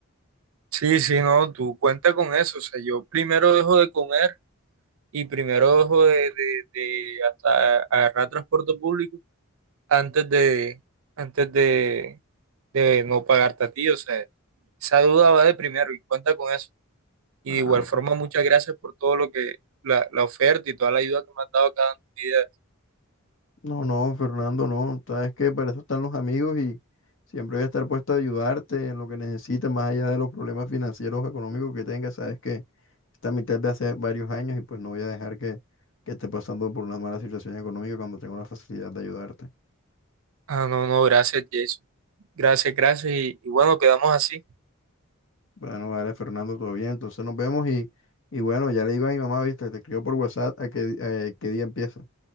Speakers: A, on the right; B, on the left.
A: Sí, sí, no, tú cuenta con eso, o sea, yo primero dejo de comer y primero dejo de, de, de hasta agarrar transporte público antes de, antes de de no pagarte a ti. O sea, esa duda va de primero y cuenta con eso. Y
B: Ah,
A: de igual
B: bueno.
A: forma, muchas gracias por todo lo que, la, la oferta y toda la ayuda que me has dado cada día.
B: No, no, Fernando, no. Sabes que para eso están los amigos y siempre voy a estar puesto a ayudarte en lo que necesites, más allá de los problemas financieros o económicos que tengas. Sabes que esta mitad de hace varios años y pues no voy a dejar que, que esté pasando por una mala situación económica cuando tengo la facilidad de ayudarte.
A: Ah, no, no, gracias, Jason. Gracias, gracias. Y, y bueno, quedamos así.
B: Bueno, vale, Fernando, todo bien. Entonces nos vemos y, y bueno, ya le digo a mi mamá, viste, te escribo por WhatsApp a qué, di- eh, qué día empieza.